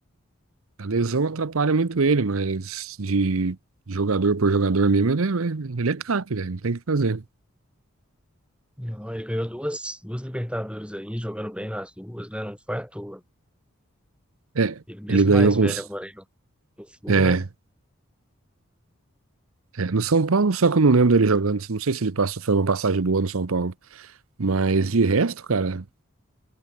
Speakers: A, on the right; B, in the centre.
A: a lesão atrapalha muito ele, mas de jogador por jogador mesmo, ele é, ele é craque, velho, não tem o que fazer.
B: Não, ele ganhou duas, duas Libertadores aí, jogando bem nas duas, né? Não foi à toa.
A: É,
B: Ele mesmo
A: ele ganhou
B: mais
A: com.
B: velho
A: os-
B: agora aí no, no Flu,
A: É,
B: né?
A: é, no São Paulo, só que eu não lembro dele jogando. Não sei se ele passou, foi uma passagem boa no São Paulo. Mas de resto, cara,